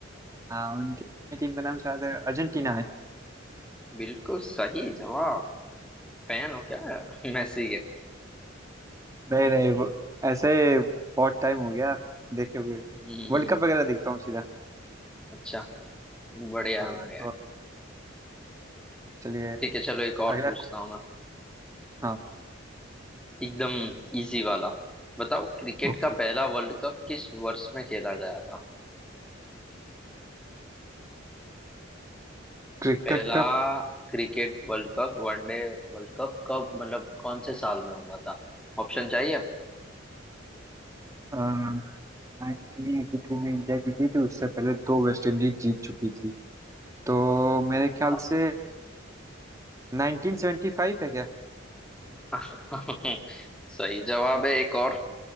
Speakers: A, on the right; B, in the centre.
A: हाँ उनकी टीम का नाम शायद अर्जेंटीना है
B: बिल्कुल सही जवाब फैन हो क्या <laughs> मेसी के
A: नहीं नहीं वो ऐसे बहुत टाइम हो गया देखे हुए
B: हम्म
A: वर्ल्ड कप वगैरह देखता हूँ सीधा
B: अच्छा बढ़िया
A: हाँ
B: है बढ़िया
A: तो
B: है
A: चलिए
B: ठीक है चलो एक और
A: अगला
B: पूछता हूँ मैं
A: हाँ
B: एकदम इजी वाला बताओ क्रिकेट
A: ओके
B: का पहला वर्ल्ड कप किस वर्ष में खेला गया था
A: क्रिकेट
B: पहला
A: का
B: cricket world cup one day world cup कब मतलब कौन से साल में हुआ था ऑप्शन चाहिए
A: नाइनटीन एटी थ्री में इंडिया जीती थी उससे पहले दो वेस्ट इंडीज जीत चुकी थी तो मेरे ख्याल
B: बताओ
A: से नाइनटीन सेवेंटी फाइव है क्या
B: <laughs> सही जवाब है एक और